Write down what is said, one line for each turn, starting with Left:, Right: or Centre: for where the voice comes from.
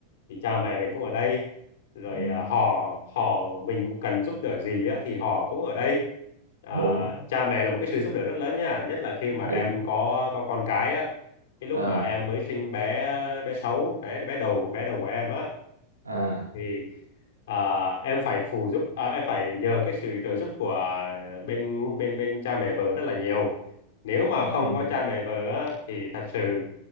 Left: thì cha mẹ mình cũng ở đây rồi
Right: <laughs> ừ
Left: à, họ họ mình cần giúp đỡ gì á, thì họ cũng ở đây à,
Right: đúng
Left: cha mẹ là một cái sự giúp đỡ rất lớn nha nhất là khi mà
Right: đính
Left: em có có con cái á cái lúc
Right: à
Left: mà em mới sinh bé bé sáu bé bé đầu bé đầu của em á
Right: à
Left: thì à, em phải phụ giúp à, em phải nhờ cái sự trợ giúp của bên bên bên cha mẹ vợ rất là nhiều nếu mà không
Right: ừ
Left: có cha mẹ vợ á, thì thật sự